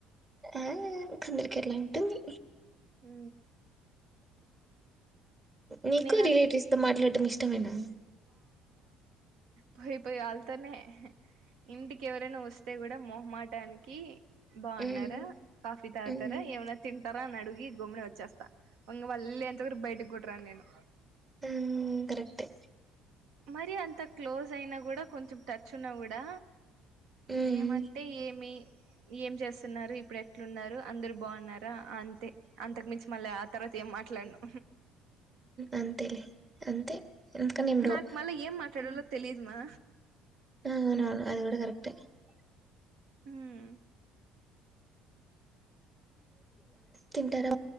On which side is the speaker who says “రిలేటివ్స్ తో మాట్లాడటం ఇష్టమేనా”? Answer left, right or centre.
Right